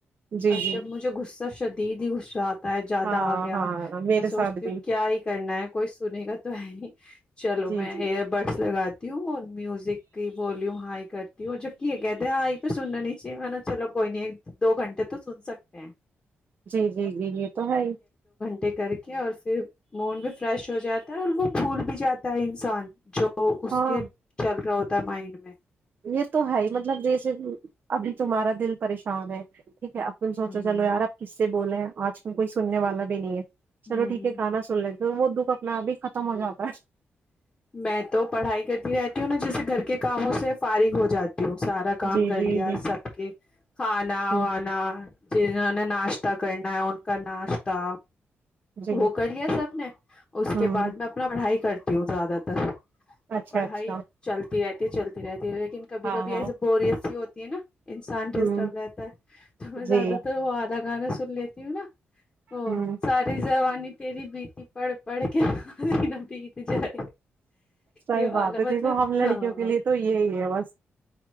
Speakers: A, on the right; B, on the left.
A: جی
B: ا
A: جی
B: جب مجھے غصہ ش ت دیوسرات زیادہ
A: ہاں
B: آ گیا
A: ہاں میرے
B: میں سوچتی
A: ساتھ بھی
B: ہوں کیا ہی کرنا ہے کوئی سنے کاا تو ہے ہی <unintelligible> چلو
A: جی
B: میں
A: جی
B: ایئر بڈس لگاتی ت <unintelligible> میوزک کی ویوم ہائی کرتی اور جب کی کہتے آئی پہ سننا ن چاہے ما چلو کوئی نہیں ایک دو گھٹے تو سن سکتے ہیں
A: جی جی جی یہ تو ہے ہی
B: ے کر کے اور پھر موڈ بھی فریش ہو جاتا ہے اور وہ بھول بھی جاتا ہے انسان جو اس
A: ہاں
B: کے چل رہا ہو مائنڈ میں
A: یہ تو ہے ہی مطلب جیسے ابھی تمہارا دل پریشان ہے ٹھیک ہے اب سوچو
B: ہوں
A: چلو یار کس سے بھی بولے ہیں آج کل کوئی سننے والا بھی نہیں ہے چلو
B: ہوں
A: ٹھیک ہے گانا سو رہیں گ وہ دکھ اپنا اب ہی ختم ہو جاتا ہے
B: میں تو پڑھائی کرتی رہتی ہوں نا جیسے گھر کے کاموں سے فارغ ہو جاتی تی ہوں سارا کام
A: جی
B: کر
A: جی
B: لیا
A: جی
B: سب کے کھانا
A: جی
B: وانا جنہوں نے ناشتہ کرنا ہے ان کا ناشتہ
A: جی
B: وہ کر لیا سب نے اس
A: ہوں
B: کے بعد میں اپنا پڑھائی کرتا کیوں زیادہ تر اب
A: اچھا
B: پڑھائی
A: اچھا
B: چلتی رہتی چلتی تی لیکن کبھی
A: ہاں
B: کبھی
A: ہاں
B: ایسے بوریس سی ہوتی <unintelligible> انسان ڈسٹرب
A: ہوں
B: رہتا ہے تو میں زیادہ
A: جی
B: تر وہ الگ گانا سن لیتی ہوں نا ا
A: ہوں
B: ساری ج نی تری بیتی پڑھ پڑھ کے بیت جائے
A: صحی
B: یہ والا
A: بات ہے
B: مطلب
A: دیکھو ہم لڑکیوں
B: ہاں
A: کے لیے تو یہی ہے بس